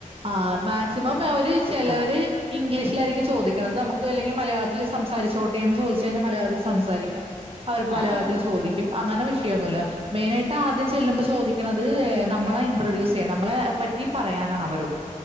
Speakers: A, on the right; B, on the left.
A: ആ മാക്സിമം അവര് ചിലവര്
B: ആഹ്
A: ഇംഗ്ലീഷിലായിരിക്കും ചോദിക്കണത് നമുക്ക് അല്ലെങ്കിൽ മലയാള സംസാരിച്ചോട്ടെ എന്ന് ചോദിച്ചു കഴിഞ്ഞാൽ മലയാളത്തിൽ സംസാരിക്കാം. അവര്
B: ആഹ്
A: മലയാളത്തിൽ
B: ആഹ്
A: ചോദിക്കും അങ്ങനെ വിഷയൊന്നുല്ല. മെയിനായിട്ട് ആദ്യം ചെല്ലുമ്പോ ചോദിക്കണത് നമ്മളെ ഇൻട്രൊഡ്യൂസ് ചെയ്യ, നമ്മളെ പ റ്റി പറയാനാണ് അവർ